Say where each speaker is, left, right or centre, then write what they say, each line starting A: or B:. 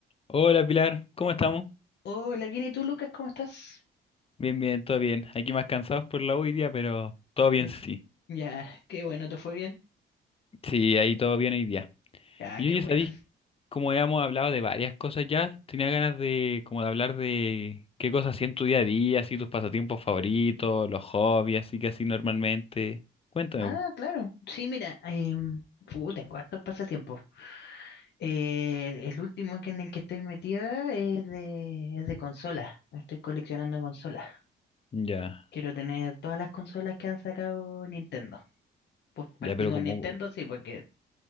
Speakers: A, on the left; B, on the left.
A: Hola Pilar, ¿cómo estamos?
B: Hola, bien, ¿y tú, Lucas? ¿Cómo estás?
A: Bien, bien, todo bien. Aquí más cansados por la U hoy día, pero todo bien,
B: Qué-
A: sí.
B: Ya, qué bueno, ¿te fue bien?
A: Sí, ahí todo bien hoy día.
B: Ya,
A: Y
B: qué
A: yo
B: bueno.
A: ya sabéis, como habíamos hablado de varias cosas ya, tenía ganas de como de hablar de qué cosas hacían en tu día a día, así tus pasatiempos favoritos, los hobbies, así que así normalmente. Cuéntame.
B: Ah,
A: po.
B: claro. Sí, mira, em, uh, tengo hartos pasatiempos. Eh, el último que en el que estoy metida es de, es de consolas. Estoy coleccionando consolas.
A: Ya,
B: Quiero tener todas las consolas que han sacado Nintendo. Pues partí
A: ya, pero
B: con
A: como,
B: Nintendo, sí, porque